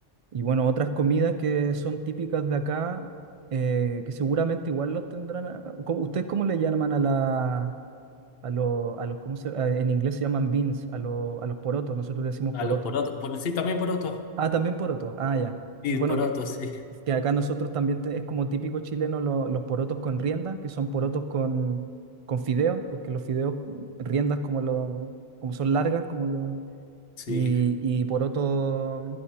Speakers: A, on the right; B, on the left.
A: y bueno, otras comidas que son típicas de acá, eh, que seguramente igual los tendrán. a- ¿cómo- ¿ustedes cómo le llaman a la, a los, a los, ¿cómo se- a- en inglés se llaman beans, a, los a los porotos, nosotros le decimos
B: A
A: porotos.
B: los porotos, por, sí, también porotos.
A: Ah, también porotos, ah, ya.
B: Sí,
A: Bueno,
B: porotos,
A: que
B: sí,
A: es que acá nosotros también te- es como típico chileno lo- los porotos con rienda, que son porotos con, con fideo, porque los fideos, mm, riendas como, lo, como son largas, como lo,
B: sí,
A: y, y poroto,